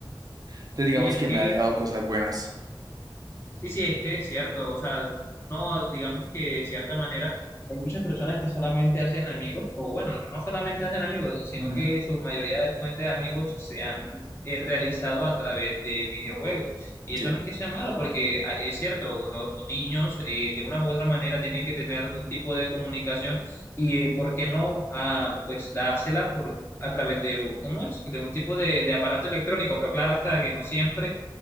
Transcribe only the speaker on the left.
Y es
que
Sí, sí, es que es cierto, o sea, no, digamos que de cierta manera hay muchas personas que solamente hacen amigos, o bueno, no solamente hacen amigos, sino
que su mayoría de fuentes de amigos se han eh, realizado a través de videojuegos. Y
eso no es que sea malo, porque ah, es cierto, los niños eh, de una u otra manera tienen que tener algún tipo de comunicación y, eh, ¿por qué no? Ah, pues dársela por... a través de, un- ¿cómo es? De un tipo de, de aparato electrónico, pero claro está que no siempre